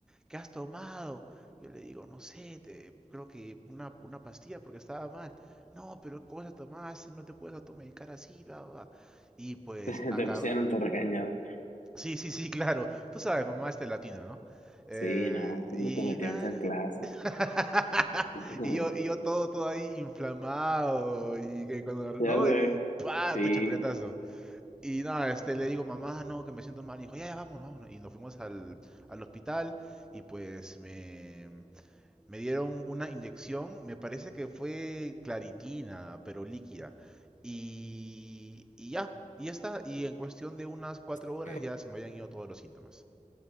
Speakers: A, in the centre; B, on the left.
A: ¿qué has tomado? Yo le digo, no sé, te- creo que una, una pastilla porque estaba mal. No, pero ¿qué cosa tomaste? No te puedes automedicar así, bla, bla, bla". Y pues
B: <laughs> te
A: aca-
B: pusieron tu regañada.
A: Sí, sí, sí, claro. Tú sabes, mamá este latina, ¿no? Eh,
B: Sí, no, antes
A: y
B: no te metieron
A: dar.
B: chanclazo.
A: <laughs>
B: <laughs>
A: Y yo, y yo todo, todo ahí inflamado. Y que cuando, ¿no?
B: Ya sé,
A: Y ¡pa!
B: sí.
A: Tu chancletazo. Y nada, este, le digo, mamá, no, que me siento mal. Y dijo, ya, ya, vámonos, vámonos. Y nos fuimos al, al hospital. Y pues me, me dieron una inyección, me parece que fue claritina, pero líquida. Y, y ya, y ya está. Y en cuestión de unas cuatro
B: Ok.
A: horas ya se me habían ido todos los síntomas.